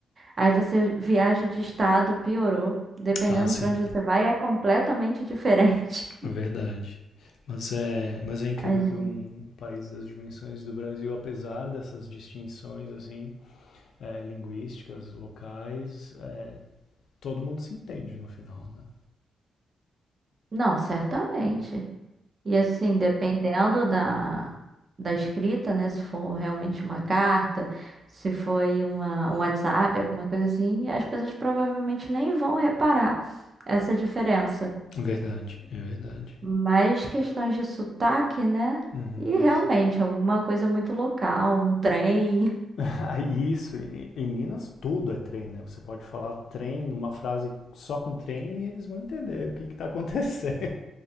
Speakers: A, on the right (about 30°); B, on the left (about 65°).
A: aí você viaja de estado, piorou. Dependendo
B: Ah, sim.
A: para onde você vai, é completamente diferente.
B: É verdade. Mas é, mas é incrível
A: <laughs> A gente-
B: que um país das dimensões do Brasil, apesar dessas distinções assim, é, linguísticas, locais, é, todo mundo se entende no final, né?
A: Não, certamente. E assim, dependendo da, da escrita, né? Se for realmente uma carta, se foi uma, um WhatsApp, alguma coisa assim, as pessoas provavelmente nem vão reparar essa diferença.
B: É verdade, é verdade.
A: Mas questões de sotaque, né?
B: Uhum,
A: E realmente,
B: isso. <laughs>
A: alguma coisa muito local, um trem.
B: Ah, Isso, e- em Minas tudo é trem, né? Você pode falar trem, uma frase só com trem e eles vão entender o que que tá acontecendo. <laughs>